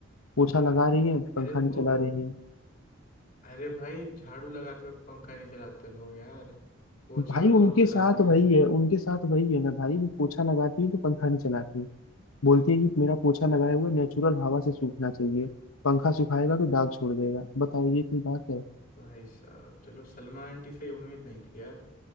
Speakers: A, on the left (about 80°); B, on the left (about 35°).
A: पोछा लगा रही है
B: अरे
A: पंखा नहीं
B: तो
A: चला रही है
B: अरे भाई झाड़ू लगाते वक्त पंखा नहीं चलाते लोग यार पोछे
A: भाई
B: में तो
A: उनके
B: लोग चलाते
A: साथ
B: हैं
A: वही है उनके साथ वही है ना भाई पोछा लगाती है तो पंखा नहीं चलाती है। बोलती है कि मेरा पोछा लगाए हुए नेचुरल हवा से सूखना चाहिए पंखा सुखाएगा तो दाग छोड़ देगा बताओ ये कोई बात है
B: भाई साहब चलो सलमा आंटी से ये उम्मीद नहीं थी यार